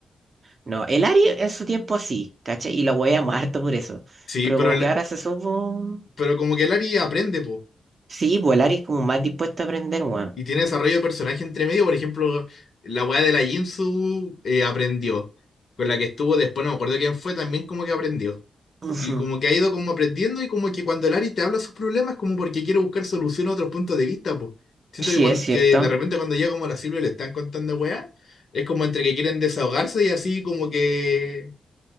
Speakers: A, on the right; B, on the left.
A: No, el Ari en su tiempo sí, ¿cachai? Y la hueveamos harto por eso.
B: Sí,
A: Pero
B: pero,
A: como
B: el-
A: que ahora se supo...
B: pero como que el Ari aprende, po.
A: Sí, pues el Ari es como más dispuesto a aprender, weón.
B: Y tiene desarrollo de personaje entre medio. Por ejemplo, la weá de la Jinsu eh, aprendió. Con la que estuvo después, no me acuerdo quién fue, también como que aprendió.
A: Ujú,
B: Y como que ha ido como aprendiendo y como que cuando el Ari te habla sus problemas como porque quiere buscar solución a otros puntos de vista, pues. Siento
A: Sí,
B: que, cuan-
A: es cierto.
B: que de repente cuando llega como la Silvia y le están contando weá, es como entre que quieren desahogarse y así como que,